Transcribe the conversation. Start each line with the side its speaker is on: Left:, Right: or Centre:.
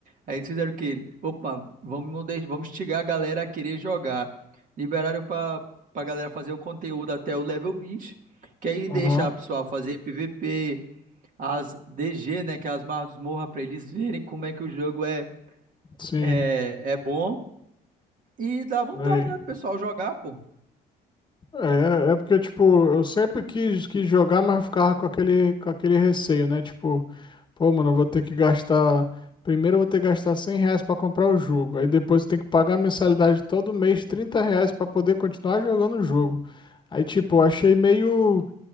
Right: Aí eles fizeram o quê? Opa, vamos, de- vamos instigar a galera a querer jogar. Liberaram pra, pra galera fazer o conteúdo até o level 20 que aí deixa
Left: aham,
Right: a pessoa fazer PVP, as DG, né, que é as masmorras, pra eles verem como é que o jogo é,
Left: sim.
Right: é, é bom. E dá vontade,
Left: Aí.
Right: né, do pessoal jogar, pô.
Left: É, é porque, tipo, eu sempre quis, quis jogar, mas eu ficava com aquele, com aquele receio, né? Tipo, pô, mano, eu vou ter que gastar. Primeiro eu vou ter que gastar 100 reais pra comprar o jogo. Aí depois eu tenho que pagar a mensalidade todo mês, 30 reais pra poder continuar jogando o jogo. Aí, tipo, eu achei meio,